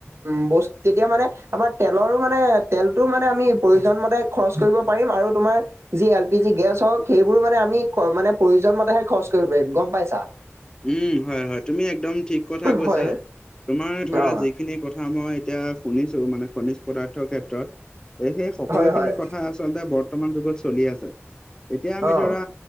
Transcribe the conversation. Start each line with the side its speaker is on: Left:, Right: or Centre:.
Right: উম বস্ত তেতিয়া মানে আমাৰ তেলৰো মানে তেলটো মানে আমি প্ৰয়োজন মতে খৰচ কৰিব পাৰিম আৰু তোমাৰ যি এল পি জি গেছ হওক সেইবোৰো মানে আমি মানে প্ৰয়োজন মতেহে খৰচ কৰিব পাৰিম গম পাইছা।
Left: উম হয়, হয় তুমি একদম ঠিক কথা কৈছা।
Right: হয়
Left: তোমাৰ ধৰা
Right: অ
Left: যিখিনি কথা মই এতিয়া শুনিছো মানে খনিজ পদাৰ্থৰ ক্ষেত্ৰত এই সেই সকলোখিনি
Right: হয় হয়
Left: কথা আছে। ল বৰ্তমান যুগত চলি আছে। এতিয়া আমি
Right: অ
Left: ধৰা